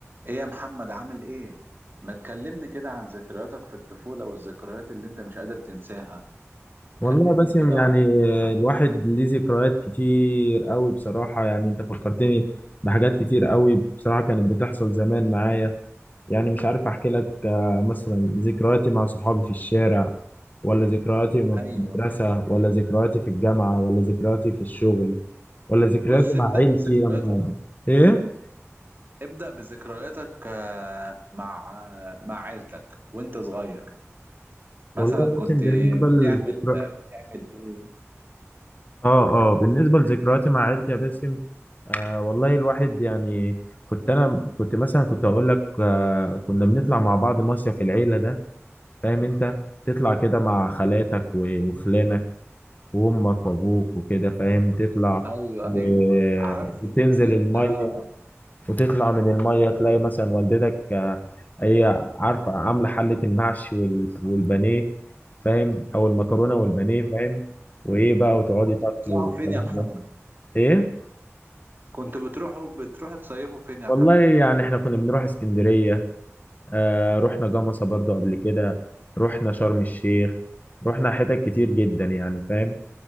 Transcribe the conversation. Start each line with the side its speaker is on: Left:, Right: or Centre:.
Right: ايه يا محمد عامل ايه؟ ما تكلمني كده عن ذكرياتك في الطفولة والذكريات اللي انت مش قادر تنساها
Left: والله
Right: كلمني
Left: يا باسم
Right: كده
Left: يعني
Right: وعايز اعرف عنها
Left: الواحد ليه ذكريات كتير قوي بصراحة يعني انت فكرتني بحاجات كتير قوي بصراحة كانت بتحصل زمان معايا يعني مش عارف احكي لك آه، مثلا ذكرياتي مع صحابي في الشارع ولا ذكرياتي وأنا
Right: ايوه
Left: في المدرسة ولا ذكرياتي في الجامعة ولا ذكرياتي في الشغل ولا ذكرياتي
Right: بص
Left: مع
Right: ابدأ
Left: عيلتي
Right: بذكرياتك
Left: أما ايه
Right: ابدأ بذكرياتك آه، مع آه، مع عيلتك وانت صغير مثلا
Left: والله يا
Right: كنت
Left: باسم بالنسبة للذكريات
Right: بتعمل بتعمل ايه؟
Left: اه اه بالنسبة لذكرياتي مع عيلتي يا باسم آه والله الواحد يعني كنت انا كنت مثلا كنت اقول لك آه كنا بنطلع مع بعض مصيف العيلة ده فاهم انت تطلع كده مع خالاتك و- وخلانك وامك وابوك وكده فاهم تطلع
Right: ايوه
Left: و-
Right: ايوه عارف
Left: وتنزل
Right: المصيف
Left: المية
Right: ده
Left: وتطلع من المية
Right: أيوة.
Left: تلاقي مثلا والدتك آه هي عارفة عاملة حلة المحشي وال- والبانيه فاهم او المكرونة والبانيه فاهم وايه بقى وتقعدي
Right: كنت
Left: تاكلوا
Right: بتطلعوا
Left: والكلام
Right: فين يا محمد؟
Left: ده ايه
Right: كنت بتروحوا بتروحوا تصيفوا فين يا محمد؟
Left: والله يعني احنا كنا بنروح اسكندرية آه رحنا جمصة برضو قبل كده رحنا شرم الشيخ رحنا حتت كتير جدا يعني فاهم